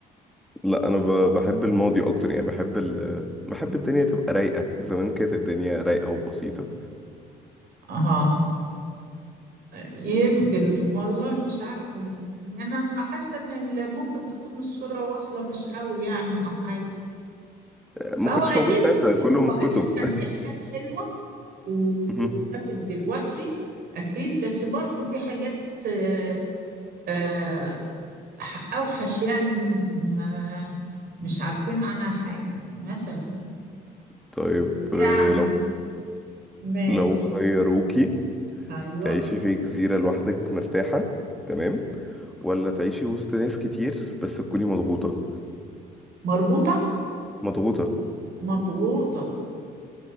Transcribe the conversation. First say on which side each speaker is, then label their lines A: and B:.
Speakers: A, in the centre; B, on the right.
A: لا انا ب- بحب الماضي اكتر يعني بحب ال... بحب الدنيا تبقى رايقه زمان كانت الدنيا رايقه وبسيطه
B: اه يمكن والله مش عارفة يعني انا ما حاسة ان ال- ممكن تكون الصورة واصلة مش قوي يعني او حاجة
A: ما
B: هو
A: كنتش
B: اكيد
A: موجود ساعتها
B: بصي
A: كله
B: هو
A: من
B: اكيد
A: الكتب
B: كان في حاجات حلوة واختفت
A: <laughs> مهم.
B: دلوقتي أكيد بس برضو في حاجات آه، آه، أوحش يعني ما مش عارفين عنها حاجة مثلا
A: طيب
B: يعني
A: آه، لو
B: ماشي
A: لو خيروكي
B: أيوه
A: تعيشي في جزيره لوحدك مرتاحه تمام ولا تعيشي وسط ناس كتير بس تكوني مضغوطه
B: مربوطة
A: مضغوطه
B: مضغوطة